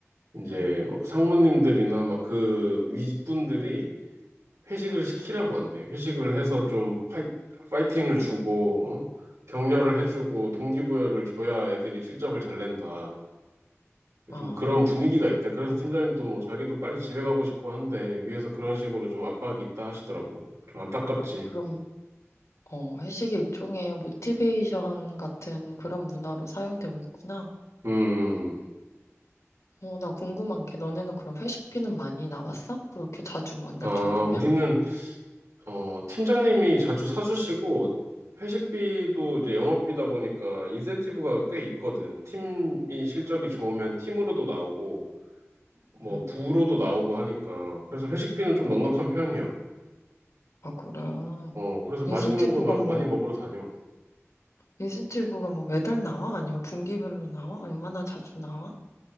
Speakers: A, on the right; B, on the left.
A: 이제
B: 음.
A: 막 상무님들이나 막 그 윗분들이 회식을 시키라고 한대. 회식을 해서 좀 파이, 파이팅을 주고, 어? 격려를 해주고, 동기부여를 줘야 애들이 실적을 잘 낸다.
B: 아,
A: 좀 그런 분위기가 있대. 그래서 팀장님도 뭐 자기도 빨리 집에 가고 싶고 한데, 위에서 그런 식으로 좀 압박이 있다 하시더라고. 좀 안타깝지.
B: 그럼, 어, 회식이 일종의 모티베이션 같은 그런 문화로 사용되고 있구나.
A: 음, 음.
B: 어, 나 궁금한 게 너네는 그럼 회식비는 많이 나왔어? 그렇게 자주 만날
A: 아,
B: 정도면?
A: 우리는 어, 팀장님이 자주 사주시고, 회식비도 이제 영업비다 보니까 인센티브가 꽤 있거든. 팀이 실적이 좋으면 팀으로도 나오고, 뭐,
B: 음,
A: 부로도 나오고 하니까. 그래서 회식비는 좀 넉넉한 편이야.
B: 아, 그래.
A: 어, 그래서 맛있는
B: 인센티브가
A: 거 마-
B: 뭐,
A: 많이 먹으러 다녀.
B: 인센티브가 뭐 매달 나와? 아니면 분기별로 나와? 얼마나 자주 나와?